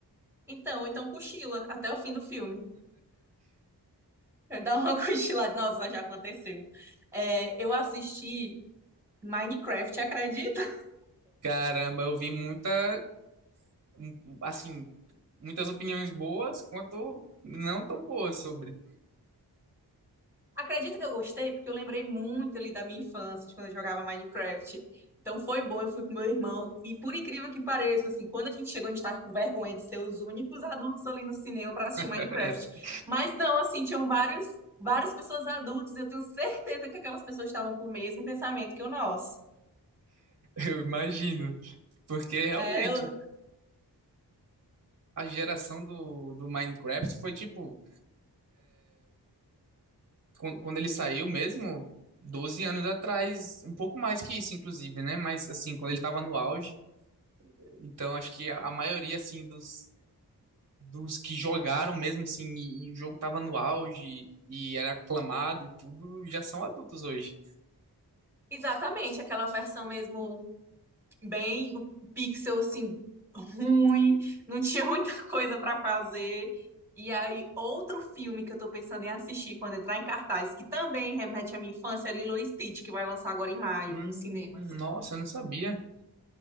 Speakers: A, in the centre; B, on the right.
A: Então, então cochila até o fim do filme. Dá uma <laughs> cochilada, nossa, já aconteceu. É, eu assisti Minecraft, acredita?
B: Caramba, eu vi muita, um, assim, muitas opiniões boas quanto não tão boas sobre.
A: Acredita que eu gostei? Porque eu lembrei muito ali da minha infância, de quando eu jogava Minecraft. Então foi bom, eu fui com meu irmão. E por incrível que pareça, assim, quando a gente chegou, a gente tava com vergonha de ser os únicos adultos ali no cinema para assistir
B: <laughs>
A: Minecraft. Mas não, assim, tinham vários, várias pessoas adultas. Eu tenho certeza que aquelas pessoas estavam com o mesmo pensamento que o nosso.
B: Eu imagino. Porque realmente
A: É, eu-
B: a geração do, do Minecraft foi tipo. quando, quando ele saiu mesmo, 12 anos atrás, um pouco mais que isso, inclusive, né? Mas assim, quando ele tava no auge, então acho que a, a maioria assim dos dos que jogaram mesmo assim, e, e o jogo tava no auge e era aclamado e tudo, já são adultos hoje.
A: exatamente, aquela versão mesmo bem o pixel assim ruim, não tinha <laughs> muita coisa para fazer. E aí outro filme que eu tô pensando em assistir quando entrar em cartaz, que também remete à minha infância, é Lilo e Stitch, que vai lançar agora em maio
B: Hum,
A: nos cinemas.
B: nossa, eu não sabia.